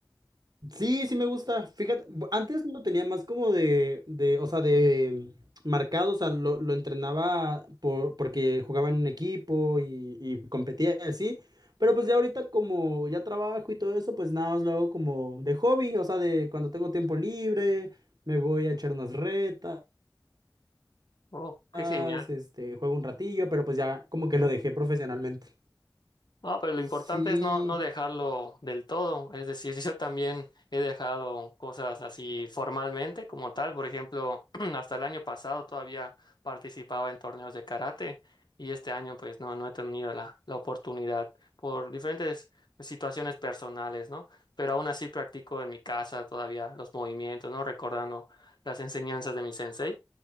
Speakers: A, on the right; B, on the left.
A: Sí, sí me gusta, fíjate, bu- antes lo tenía más como de, de, o sea, de mm, marcado, o sea, lo, lo entrenaba por, porque jugaba en un equipo y, y competía y así, pero pues ya ahorita como ya trabajo y todo eso, pues nada más lo hago como de hobby, o sea, de cuando tengo tiempo libre, me voy a echar unas retas.
B: Oh, qué
A: más,
B: genial.
A: este, juego un ratillo, pero pues ya como que lo dejé profesionalmente.
B: No, pero lo
A: Sí.
B: importante es no, no dejarlo del todo. Es decir, <laughs> yo también he dejado cosas así formalmente como tal. Por ejemplo, <clears throat> hasta el año pasado todavía participaba en torneos de karate y este año pues no, no he tenido la, la oportunidad por diferentes situaciones personales, ¿no? Pero aún así practico en mi casa todavía los movimientos, ¿no? Recordando las enseñanzas de mi sensei.